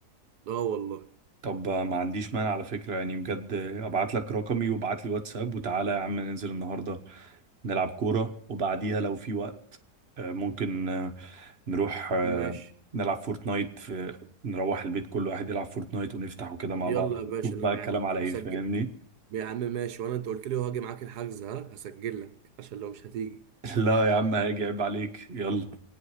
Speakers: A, on the right; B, on the right.
A: اه والله
B: طب ما عنديش مانع على فكره يعني بجد ابعت لك رقمي وابعت لي واتساب وتعالى يا عم ننزل النهارده نلعب كوره وبعديها لو في وقت آه، ممكن آه، نروح آه،
A: ماشي
B: نلعب فورتنايت في نروح البيت كل واحد يلعب فورتنايت ونفتح وكده مع
A: يلا
B: بعض
A: يا باشا
B: نشوف
A: انا
B: بقى الكلام
A: معاك
B: على ايه
A: هسجل
B: فاهمني
A: يا عم ماشي وانا انت قلت لي هاجي معاك الحجز ها هسجل لك عشان لو مش هتيجي
B: <laughs> لا يا عم هاجي عيب عليك يلا